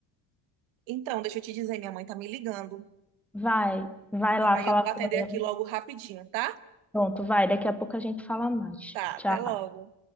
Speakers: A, on the right; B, in the centre.
A: Então, deixa eu te dizer, minha mãe tá me ligando.
B: Vai, vai
A: E
B: lá
A: aí
B: falar
A: eu vou atender
B: com
A: aqui
B: ela.
A: logo rapidinho, tá?
B: Pronto, vai, daqui a pouco a gente fala mais.
A: Tá,
B: Tchau.
A: até logo.